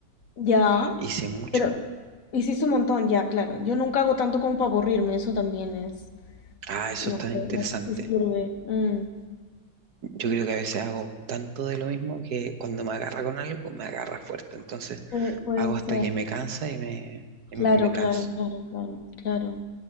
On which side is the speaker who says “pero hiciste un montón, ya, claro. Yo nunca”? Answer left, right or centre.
Left